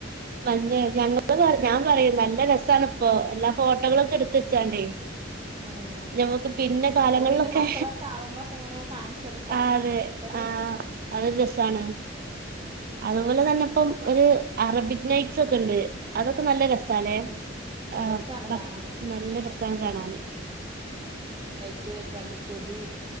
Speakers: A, on the right (about 50°); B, on the right (about 25°).
A: മഞ്ഞ ഞങ്ങ പറ ഞാൻ പറയും നല്ല രസമാണ് ഇപ്പോ എല്ലാ ഫോട്ടോ കുട്ടകളൊക്കെ എടുത്ത് വച്ചണ്ടേ
B: ഉം.
A: നമുക്ക് പിന്നെ കാലങ്ങളിലൊക്കെ
B: അത് പിന്നെ മക്കളൊക്കെ ആവുമ്പോക്കെ ഇങ്ങനെ കാണിച്ചു കൊടുക്കാനും
A: ആ അതെ
B: ഒക്കൊരു
A: ആ
B: ഉം
A: ആഅതൊരു രസാണ്
B: രസാണത്
A: അതുപോലെ തന്നെ ഇപ്പം ഒരു അറബിക് നൈറ്റ്സ് ഒക്കെ ഉണ്ട് അതൊക്കെ നല്ല രസാലേ
B: ഉം
A: ആ
B: രസാണ് കാണാന്
A: നല്ല രസം കാണാന്
B: റ്റ് ബ്രൈഡ് ടൂ ബി